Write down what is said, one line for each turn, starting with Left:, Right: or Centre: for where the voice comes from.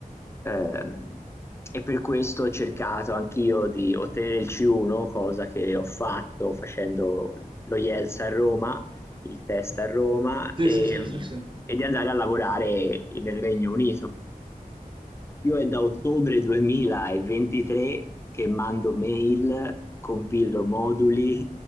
Left: ehm, e per questo ho cercato anch'io di ottenere il C1, cosa che ho fatto facendo lo IELTS a Roma, il test a Roma,
Right: Sì,
Left: e,
Right: sì, sì, sì, sì.
Left: e di andare a lavorare nel Regno Unito io è da ottobre 2023 che mando mail, compilo moduli,